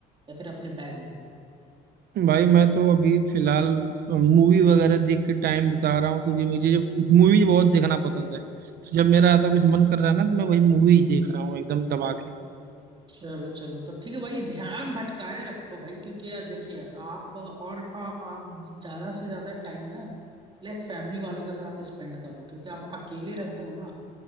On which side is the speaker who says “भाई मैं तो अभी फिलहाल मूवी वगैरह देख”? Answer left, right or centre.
Right